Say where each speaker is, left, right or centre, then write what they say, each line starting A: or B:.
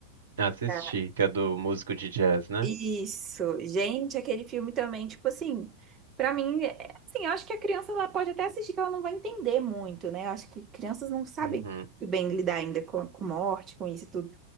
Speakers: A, on the right (about 65°); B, on the right (about 25°).
A: assisti,
B: Já.
A: que é do músico de jazz, né?
B: Isso, gente, aquele filme também, tipo assim, pra mim, é, assim, eu acho que a criança ela pode até assistir que ela não vai entender muito, né? Eu acho que crianças não sabem
A: Uhum,
B: muito bem lidar ainda com, com morte, com isso tudo.